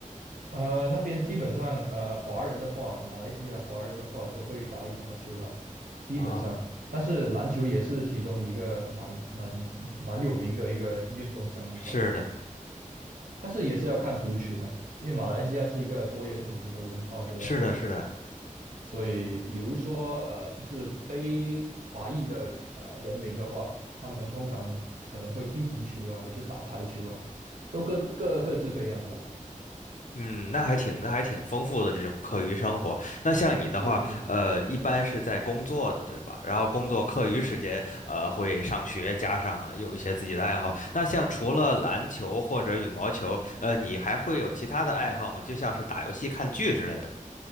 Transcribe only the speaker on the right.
呃，那边基本上，呃，华人的话，马来西亚华人的话都会打羽毛球啦，基本上。
但是篮球也是其中一个蛮蛮蛮有名的一个运动项目吧。
但是也是要看族群啊，因为马来西亚是一个多元种族的文化的，
所以比如说，呃，就是非华裔的呃人民的话，他们通常可能会踢足球啊，还是打排球啊，都各各各自各样的啦。
对对。